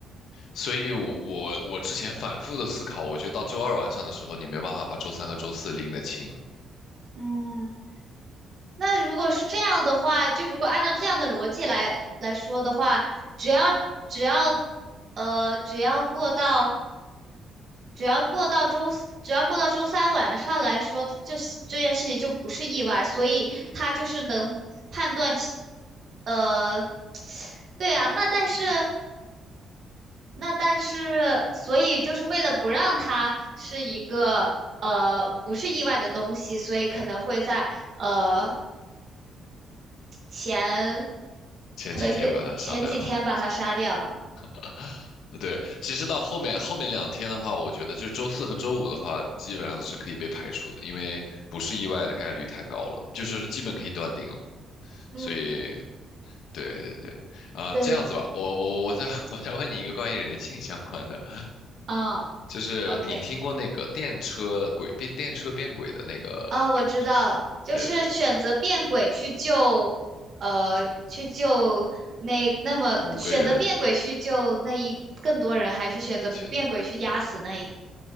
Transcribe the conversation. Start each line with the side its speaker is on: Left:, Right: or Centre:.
Left: 所以我我我之前反复的思考，我觉得到周二晚上的时候，你没办法把周三和周四拎得清，
Right: 嗯，那如果是这样的话，就如果按照这样的逻辑来来说的话，只要只要呃只要过到。只要过到周四，只要过到周三晚上来说，这这件事情就不是意外，所以他就是能判断其，呃，<tsk> 对啊，那但是，那但是，所以就是为了不让它是一个呃不是意外的东西，所以可能会在呃前，
Left: 前几天把他杀掉。
Right: 可能得前几天把它杀掉。
Left: <laughs> 对，其实到后面后面两天的话，我觉得就周四和周五的话，基本上是可以被排除的，因为不是意外的概率太高了，就是基本可以断定了。
Right: 嗯，
Left: 所以，对对对，呃，
Right: 对，
Left: 这样子吧，我我我再 <laughs> 我再问你一个关于人性相关的，
Right: 嗯
Left: 就是你听过那个电车轨变电车变轨的那个那个，
Right: ，OK。啊，我知道，就是选择变轨去救，
Left: 对对对，
Right: 呃，去救那那么选择变轨去救那一更多人，
Left: 五个人
Right: 还是选择不变轨去压死那一
Left: 选择